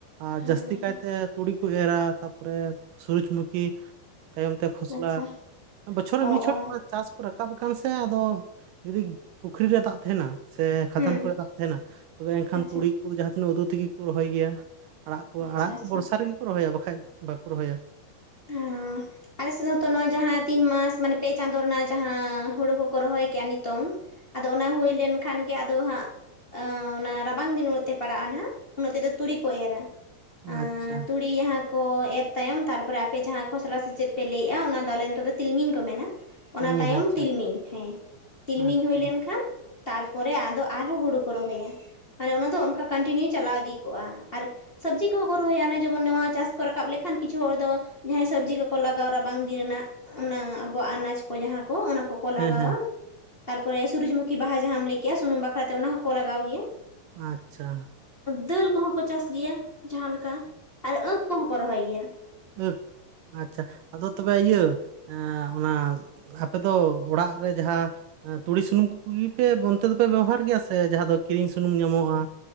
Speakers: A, on the left; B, on the right.
A: ᱦᱮᱸ
B: ᱟᱨ ᱡᱟᱹᱥᱛᱤ ᱠᱟᱭᱛᱮ ᱛᱩᱲᱤ ᱠᱩ ᱮᱨᱟ ᱛᱟᱯᱚᱨᱮ ᱥᱩᱨᱩᱡᱽ ᱢᱩᱠᱷᱤ ᱛᱟᱭᱚᱢ ᱛᱮ ᱠᱷᱚᱥᱞᱟ
A: ᱟᱪᱪᱷᱟ
B: ᱵᱚᱪᱷᱚᱨ ᱨᱮ
A: ᱚ
B: ᱢᱤᱫ ᱪᱷᱚᱴ
A: ᱚ
B: ᱪᱟᱥ ᱠᱚ ᱨᱟᱠᱟᱵ ᱟᱠᱟᱱ ᱥᱮ ᱟᱫᱚ ᱡᱩᱫᱤ ᱯᱩᱠᱷᱨᱤ ᱨᱮ ᱫᱟᱜ ᱛᱟᱦᱮᱱᱟ ᱥᱮ ᱠᱷᱟᱫᱟᱱ
A: ᱦᱩᱸ
B: ᱠᱚᱨᱮ ᱫᱟᱜ ᱛᱮᱦᱮᱱᱟ ᱛᱚᱵᱮ ᱮᱱᱠᱷᱟᱱ
A: ᱟᱪᱪᱷᱟ
B: ᱛᱩᱲᱤ ᱠᱚ ᱡᱟᱦᱟᱸ ᱛᱤᱱᱟᱹᱜ ᱳᱫᱳ ᱛᱮᱜᱮ ᱠᱚ ᱨᱚᱦᱚᱭ ᱜᱮᱭᱟ᱾ ᱟᱲᱟᱜ ᱠᱚ
A: ᱟᱪᱪᱷᱟ
B: ᱟᱲᱟᱜ
A: ᱟᱪᱪᱷᱟ
B: ᱠᱚ ᱵᱚᱨᱥᱟ ᱨᱮᱜᱮ ᱠᱚ ᱨᱚᱦᱚᱭᱟ ᱵᱟᱠᱷᱟᱡ ᱵᱟᱠᱚ ᱨᱚᱦᱚᱭ-ᱟ ᱾
A: ᱦᱮᱸ ᱟᱞᱮ ᱥᱮᱫ ᱦᱚᱸ ᱛᱚ ᱱᱚᱜᱚᱭ ᱡᱟᱦᱟᱸ ᱛᱤᱱ ᱢᱟᱥ ᱢᱟᱱᱮ ᱯᱮ ᱪᱟᱸᱫᱳ ᱨᱮᱱᱟᱜ ᱡᱟᱦᱟᱸ ᱦᱳᱲᱳ ᱠᱚᱠᱚ ᱨᱚᱦᱚᱭ ᱠᱟ ᱱᱤᱛᱳᱝ ᱟᱫᱚ ᱚᱱᱟ ᱦᱳᱭ ᱞᱮᱱ ᱠᱷᱟᱱ ᱜᱮ ᱟᱫᱚ ᱦᱟᱸᱜ ᱚᱱᱟ ᱨᱟᱵᱟᱝ ᱫᱤᱱ ᱩᱱᱟᱹᱜ ᱛᱮ ᱯᱟᱲᱟᱜ-ᱟ ᱱᱟᱦᱟᱜ, ᱩᱱᱟᱹᱜ ᱛᱮᱫᱚ ᱛᱩᱲᱤ ᱠᱚ ᱮᱨᱟ ᱾ ᱟᱸ
B: ᱟᱪᱪᱷᱟ
A: ᱛᱩᱲᱤ ᱡᱟᱦᱟᱸ ᱠᱚ ᱮᱨ ᱛᱟᱭᱚᱢ ᱛᱟᱨᱯᱚᱨᱮ ᱯᱮ ᱡᱟᱦᱟᱸ ᱠᱷᱚᱥᱞᱟ ᱥᱮ ᱪᱮᱫ ᱯᱮ ᱞᱟᱹᱭᱮᱜ-ᱟ ᱚᱱᱟ ᱫᱚ ᱟᱞᱮ ᱱᱚᱛᱮ ᱫᱚ ᱛᱤᱞᱢᱤᱧ ᱠᱚ ᱢᱮᱱᱟ᱾ ᱚᱱᱟ
B: ᱛᱤᱞᱢᱤᱧ
A: ᱛᱟᱭᱚᱢ
B: ᱟᱪᱪᱷᱟ
A: ᱛᱤᱞᱢᱤᱧ ᱦᱮᱸ ᱛᱤᱞᱢᱤᱧ
B: ᱟᱪᱪᱷᱟ
A: ᱦᱳᱭ ᱞᱮᱱᱠᱷᱟᱱ ᱛᱟᱨᱯᱚᱨᱮ ᱟᱫᱚ ᱟᱨᱦᱚᱸ ᱦᱩᱲᱩ ᱠᱚ ᱨᱚᱦᱚᱭᱟ, ᱢᱟᱱᱮ ᱚᱱᱟ ᱫᱚ ᱚᱱᱠᱟ ᱠᱚᱱᱴᱤᱱᱤᱭᱩ ᱪᱟᱞᱟᱣ ᱤᱫᱤ ᱠᱚᱜᱟ ᱟᱨ ᱥᱟᱵᱽᱡᱤ ᱠᱚᱦᱚᱸ ᱠᱚ ᱨᱚᱦᱚᱭᱟ, ᱚᱱᱮ ᱡᱮᱢᱚᱱ ᱱᱚᱣᱟ ᱪᱟᱥ ᱠᱚ ᱨᱟᱠᱟᱵ ᱞᱮᱠᱷᱟᱱ ᱠᱤᱪᱷᱩ ᱦᱚᱲ ᱫᱚ ᱡᱟᱦᱟᱸᱭ ᱥᱟᱵᱽᱡᱤ ᱠᱚᱠᱚ ᱞᱟᱜᱟᱣ ᱨᱟᱵᱟᱝ ᱫᱤᱱ ᱨᱮᱱᱟᱜ ᱚᱱᱟ ᱟᱵᱚᱣᱟᱜ ᱟᱱᱟᱡᱽ ᱠᱚ ᱡᱟᱦᱟᱸ ᱠᱚ ᱚᱱᱟ ᱠᱚ ᱾ ᱠᱚ
B: ᱦᱮᱸ
A: ᱞᱟᱜᱟᱣᱟ
B: ᱦᱮᱸ
A: ᱛᱟᱨᱯᱚᱨᱮ ᱥᱩᱨᱩᱡ ᱢᱩᱠᱷᱤ ᱵᱟᱦᱟ ᱡᱟᱦᱟᱸᱢ ᱞᱟᱹᱭ ᱠᱮᱜᱟ ᱥᱩᱱᱩᱢ ᱵᱟᱠᱷᱨᱟᱛᱮ ᱚᱱᱟ ᱦᱚᱸᱠᱚ ᱞᱟᱜᱟᱣ ᱜᱮᱭᱟ ᱾
B: ᱟᱪᱪᱷᱟ
A: ᱫᱟᱹᱞ ᱠᱚᱦᱚᱸ ᱠᱚ ᱪᱟᱥ ᱜᱮᱭᱟ ᱡᱟᱦᱟᱸ ᱞᱮᱠᱟ ᱟᱨ ᱟᱺᱠ ᱠᱚᱦᱚᱸ ᱠᱚ ᱨᱚᱦᱚᱭ ᱜᱮᱭᱟ ᱾
B: ᱟᱺᱠ ᱟᱪᱪᱷᱟ ᱟᱫᱚ ᱛᱚᱵᱮ ᱤᱭᱟᱹ ᱮᱸ ᱚᱱᱟ ᱟᱯᱮ ᱫᱚ ᱚᱲᱟᱜ ᱨᱮ ᱡᱟᱦᱟᱸ ᱛᱩᱲᱤ ᱥᱩᱱᱩᱢ ᱠᱩᱜᱮ ᱯᱮ ᱚᱱᱛᱮ ᱫᱚᱯᱮ ᱵᱮᱵᱚᱦᱟᱨ ᱜᱮᱭᱟ, ᱥᱮ ᱡᱟᱦᱟᱸ ᱫᱚ ᱠᱤᱨᱤᱧ ᱥᱩᱱᱩᱢ ᱧᱟᱢᱚᱜ-ᱟ?